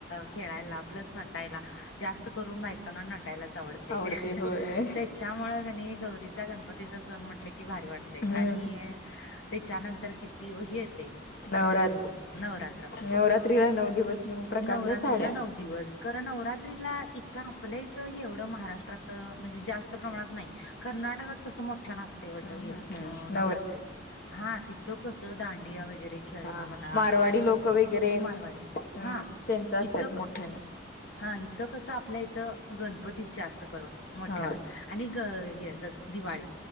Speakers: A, on the left; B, on the left.
A: खेळायला प्लस नटायला जास्त करून बाकाना नट नटायलाच आवडतय
B: आवडते होय
A: त्याच्यामुळे कणी गौरीचा गणपतीचा सण म्हटलं की भारी वाटत.
B: हम्म
A: आणि त्याच्यानंतर किती ह येतय
B: नवरात
A: वट नवरा
B: नवरात्रीला नऊ दिवस नऊ प्रकारच्या
A: नवरात्रीला
B: साड्या
A: नऊ दिवस खरं नवं नवरात्रीला इथं आपलं इथं एवढं महाराष्ट्रात म्हणजे जास्त प्रमाणात नाही कर्नाटकात कस मोठ्या वट
B: हम्म
A: असते
B: हम्म हम्म
A: नवरात्री. हा तिथं कसं दांडिया वगैरे खेळणं
B: हा
A: म्हणा
B: मारवाडी
A: असं
B: लोक वगैरे हम्म
A: मारवाडे हा
B: त्यांच असतात
A: इत
B: मोठ्यानं
A: क हा इथं कसं आपल्या इथं गणपतीच जास्त करून मोठ्यान
B: हा
A: आणि ग हे दस दिवाळी